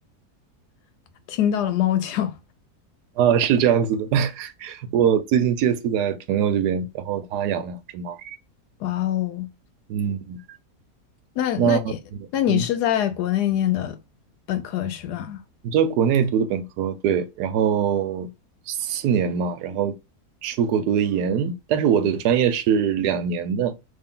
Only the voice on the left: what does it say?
听到了猫叫，
哇哦！
那那你那你是在国内念的本科是吧？